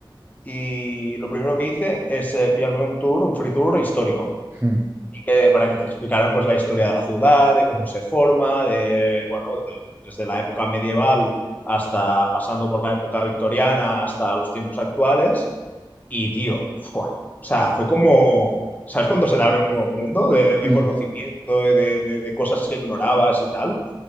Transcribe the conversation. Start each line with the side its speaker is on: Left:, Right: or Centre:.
Left: y lo primero que hice es eh, pillarme un tour, un free tour histórico
Right: mm,
Left: que, para que te explicaran pues la historia de la ciudad, de cómo
Right: mm,
Left: se forma, de, bueno, de- desde la época medieval hasta pasando por la época victoriana hasta los tiempos actuales. Y tío, ¡fua! o sea, fue como, ¿sabes cuando se te abre un nuevo mundo de, de
Right: mm,
Left: conocimiento y de, de- de cosas que ignorabas y tal?